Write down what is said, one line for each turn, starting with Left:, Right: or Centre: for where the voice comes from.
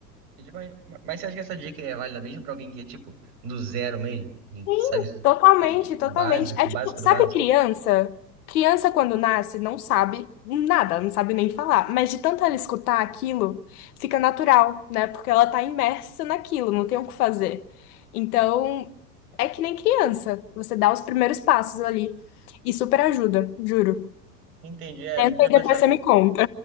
Right: E, tipo, Mas, mas você acha que essa dica é válida mesmo pra alguém que é, tipo, do zero mesmo? E
Left: sim
Right: sabe, sabe,
Left: Totalmente,
Right: tipo,
Left: totalmente.
Right: o básico,
Left: É
Right: o
Left: tipo,
Right: básico
Left: sabe
Right: do básico?
Left: criança? Criança quando nasce não sabe nada, não sabe nem falar, mas de tanto ela escutar aquilo, fica natural, né? Porque ela tá imersa naquilo, não tem o que fazer. Então, é que nem criança, você dá os primeiros passos ali e super ajuda, juro.
Right: Entendi, é,
Left: Tenta
Right: não tinha
Left: e
Right: pensado.
Left: depois você me conta.